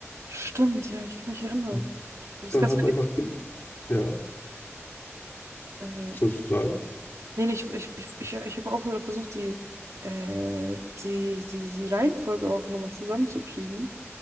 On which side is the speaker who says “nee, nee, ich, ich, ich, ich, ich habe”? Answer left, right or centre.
Right